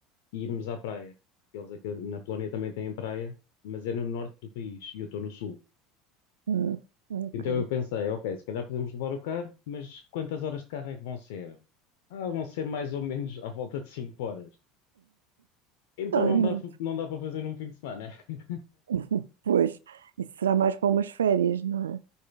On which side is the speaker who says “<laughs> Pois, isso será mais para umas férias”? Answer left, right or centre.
Right